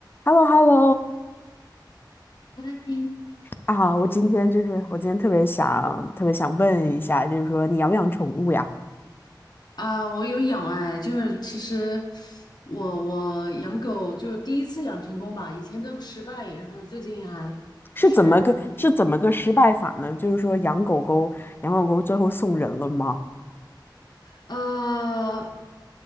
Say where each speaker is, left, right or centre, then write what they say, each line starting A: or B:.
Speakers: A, on the left; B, on the left.
A: h e l l o h e l l o
B: 哎
A: 啊，我今天就是我今天特别想特别想问一下，就是说你养不养宠物呀？
B: 啊，我有养哎，就是其实我我养狗就第一次养成功吧，以前都失败，然后最近还就是
A: 是怎么个是怎么个失败法呢？就是说养狗狗，养狗狗最后送人了吗？
B: 呃，